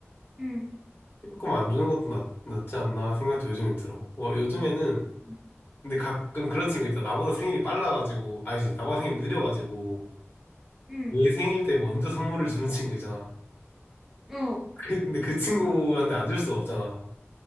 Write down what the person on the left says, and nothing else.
조금 안 주는 것도 낫, 낫지 않나 생각도 요즘엔 들어. 뭐 요즘에는
근데 가끔 그런 친구 있다. 나보다 생일이 빨라가지고, 아니지, 나보다 생일이 느려가지고,
얘 생일 때 먼저 선물을 주는 친구 있잖아.
그- 근데 그 친구한테 안 줄 수가 없잖아.